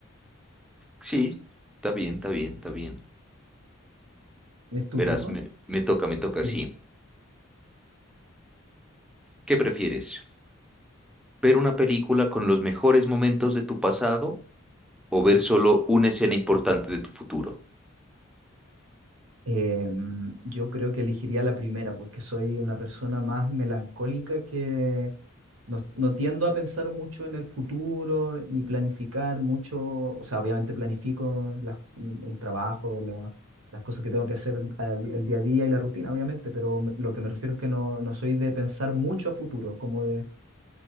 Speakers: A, in the centre; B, on the right.
A: Sí, está bien, está bien, está bien.
B: ¿Es tu
A: Verás,
B: turno?
A: me, me toca, me toca,
B: Sí.
A: sí. ¿Qué prefieres? ¿Ver una película con los mejores momentos de tu pasado o ver solo una escena importante de tu futuro.
B: Em, yo creo que elegiría la primera porque soy una persona más melancólica que no, no tiendo a pensar mucho en el futuro ni planificar mucho. O sea, obviamente planifico las- mm, el trabajo, la- las cosas que tengo que hacer a- el día a día y la rutina, obviamente, pero me- lo que me refiero es que no, no soy de pensar mucho a futuro, como de